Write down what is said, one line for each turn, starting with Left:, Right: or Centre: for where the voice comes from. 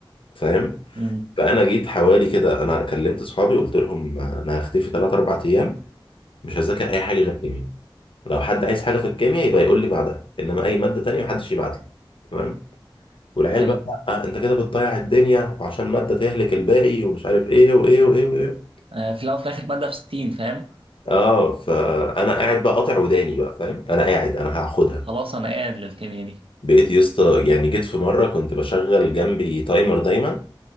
Left: فاهم
Right: مم.
Left: فانا جيت حوالي كده انا كلمت اصحابي قلت لهم انا هختفي 3 4 ايام مش هذاكر اي حاجه غير كيمياء لو حد عايز حاجه في الكيمياء يبقى يقول لي بعدها انما اي ماده تانية محدش يبعت لي تمام والعيال
Right: حلو
Left: بقى لأ، انت كده بتضيع الدنيا وعشان ماده تهلك الباقي ومش عارف ايه وايه وايه وايه
Right: آه في الاول وفي الاخر ماده في 60 فاهم
Left: اه فانا قاعد بقى قاطع وداني بقى فاهم انا قاعد انا هاخدها
Right: خلاص انا قاعد للكيمياء دي
Left: بقيت يا اسطى يعني جيت في مره كنت بشغل جنبي تايمر دايما